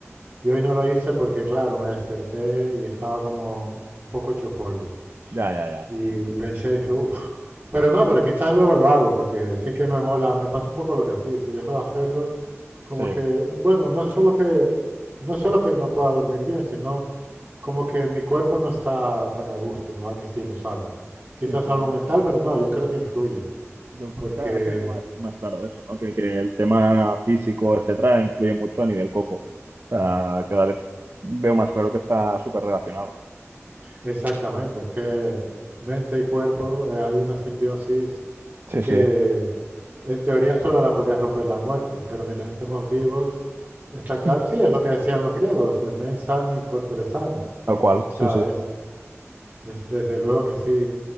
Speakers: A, on the right; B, on the right.
A: Y hoy no lo hice porque, claro, me desperté y estaba como un poco hecho polvo.
B: Ya, ya, ya.
A: Y pensé, dije, uff, pero no, pero quizás luego lo hago porque sí que me mola, me pasa un poco lo que a ti, si dejo de hacerlo, como
B: Sí.
A: que, bueno, no es solo que no es solo que no pueda dormir bien, sino como que mi cuerpo no está tan a gusto, ah, que sí, los hago. Quizás
B: Sí, sí,
A: algo
B: no,
A: mental,
B: sí.
A: pero no, yo creo que influye,
B: Yo
A: porque
B: cada vez tengo más, más claro eso, ¿no? Que, que el tema físico, etcétera, influye mucho a nivel coco. O sea, cada vez veo más claro que está súper relacionado.
A: exactamente, es que mente y cuerpo, eh, hay una simbiosis
B: Sí,
A: que
B: sí,
A: en teoría solo la podría romper la muerte, pero mientras estemos vivos, está claro,
B: <laughs>
A: sí, es lo que decían los griegos, mens sana in corpore sana.
B: tal cual,
A: O
B: sí,
A: sea,
B: sí.
A: es, es desde luego que sí.